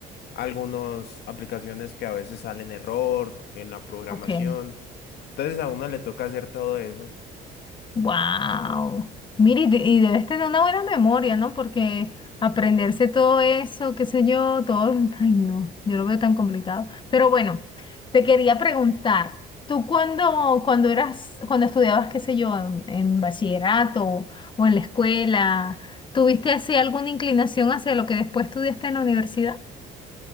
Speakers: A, on the left; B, on the left.
A: algunas aplicaciones que a veces salen error en la programación.
B: ok.
A: Entonces a uno le toca hacer todo eso.
B: Wow. Mire, y de- y debes tener una buena memoria, ¿no? Porque aprenderse todo eso, qué sé yo, todo, ay, no, yo lo veo tan complicado. Pero bueno, te quería preguntar, tú cuando, cuando eras, cuando estudiabas, qué sé yo, en, en bachillerato o o en la escuela, ¿tuviste así alguna inclinación hacia lo que después estudiaste en la universidad?